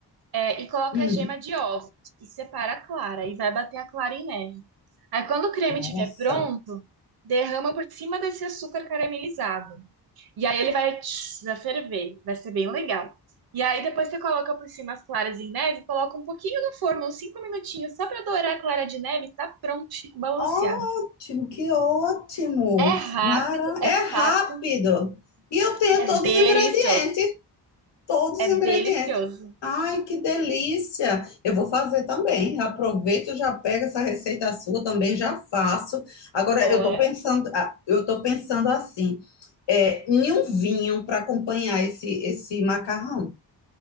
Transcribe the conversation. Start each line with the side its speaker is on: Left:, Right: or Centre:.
Right: é, e coloca
Left: Hum.
Right: a gema de ovo e separa a clara e vai bater a clara em neve. Aí quando o creme
Left: Nossa.
Right: estiver pronto, derrama por cima desse açúcar caramelizado. E aí ele vai, tch, vai ferver, vai ser bem legal. E aí depois você coloca por cima as claras em neve, coloca um pouquinho no forno, uns 5 minutinhos, só pra dourar a clara de neve, e tá pronto, Chico balanceado.
Left: Ótimo, que ótimo.
Right: É rápido,
Left: Mara...
Right: é
Left: É rápido.
Right: fácil
Left: E eu tenho
Right: e é
Left: todos
Right: delicioso.
Left: os ingredientes, todos
Right: É
Left: os
Right: delicioso.
Left: ingredientes. Ai, que delícia. Eu vou fazer também. Aproveito, já pego essa receita sua também, já faço. Agora
Right: Boa.
Left: eu tô pensando, ah, eu tô pensando assim, é, em um vinho para acompanhar esse esse macarrão.